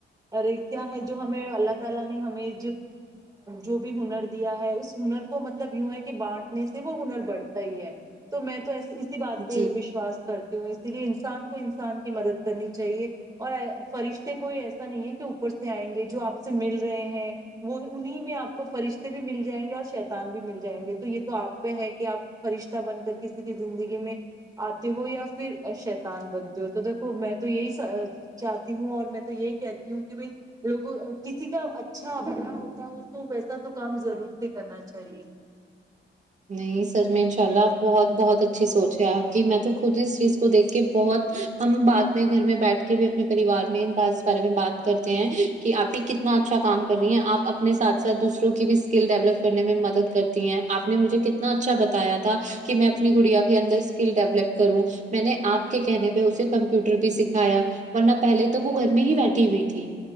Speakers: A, on the right; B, on the right.
A: ارے کیا ہے جو ہمیں اللہ تعالی نے ہمیں جو بھی ہنر دیا ہے اس ہنر کو مطلب یوں ہے کہ بانٹنے سے وہ ہنر بڑھتا ہی ہے تو میں تو ایسی بات پہ
B: جی
A: وشواس کرتی ہوں اسی لیے انسان کو ان کی مدد کرنی چاہیے اور فرشتے کوئی ایسے <unintelligible> نہیں کہ اوپر سے آئیں گے جو آپ سے مل رہے ہیں وہ انہیں میں آپ کو فرشتے بھی مل جائیں گے اور شیتان بھی مل جائیں گے تو یہ تو آپ پہ ہے کہ آپ فرشتہ بن کر کسی کی زندگی میں آتے ہو یا پھر شیتان بنتے ہو تو دیکھو میں تو یہی چاہتی ہوں اور میں تو یہی کہتی ہوں کہ بھائی لوگوں کسی کا اچھا بناا ہوتا ہو تو ویسا تو کام ضرور سے کرنا چاہیے
B: نہیں سچ میں انشاء اللہ بہت بہت اچھی سوچ ہے آپ کی میں تو خود اس چیز کو دیکھ کے بہت ہم بات میں گھر میں بیٹھ کے بھی اپنے پریوار میں ان بات بارے میں بات کرتے ہیں کہ آپ ہی کتنا اچھا کام کر رہی ہیں آپ اپنے ساتھ ساتھ دوسروں کی بھی اسکل ڈیولپ کرنے میں مدد کرتی ہیں آپ آپ نے مجھے کتنا اچھا بتایا تھا کہ میں اپنی گڑیا کے اندر اسکل ڈیولپ کروں میں نے آپ کے کہنے پہ اسے کمپیوٹر بھی سکھایا ورنہ پہلے تو وہ گھر میں ہی بیٹھی ہوئی تھی